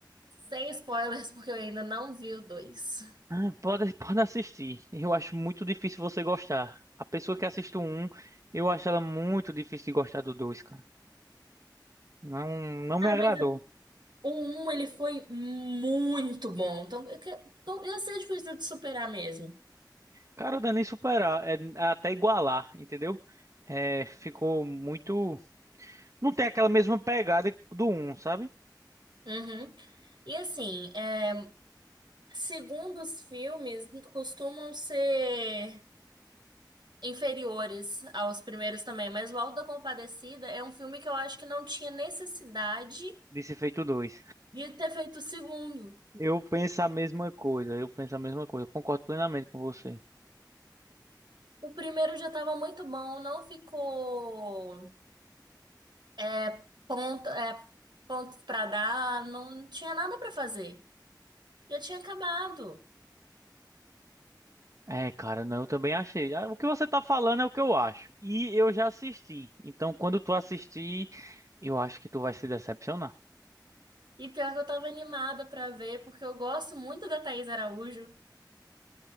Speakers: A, on the right (about 70°); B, on the right (about 40°).
A: sem spoilers, porque eu ainda não vi o dois.
B: Ah, pode pode assistir. Eu acho muito difícil você gostar. A pessoa que assiste o um, eu acho ela muito difícil de gostar do dois, cara. Não, não me
A: Cara,
B: agradou.
A: mas é, o um ele foi muito bom. Então, eu que- então, ia ser difícil de superar mesmo.
B: Cara, não é nem superar, é, é até igualar, entendeu? É, ficou muito. Não tem aquela mesma pegada do um sabe?
A: Uhum. E assim, é, segundo os filmes, costumam ser inferiores aos primeiros também, mas o Auto da Compadecida é um filme que eu acho que não tinha necessidade
B: De se feito dois
A: de ter feito o segundo.
B: Eu penso a mesma coisa, eu penso a mesma coisa, eu concordo plenamente com você.
A: O primeiro já estava muito bom, não ficou é, ponto, é, pontos para dar, não tinha nada para fazer. Já tinha acabado.
B: É, cara, não, eu também achei. Ah, O que você tá falando é o que eu acho. E eu já assisti. Então, quando tu assistir, eu acho que tu vai se decepcionar.
A: E pior que eu tava animada pra ver, porque eu gosto muito da Thaís Araújo.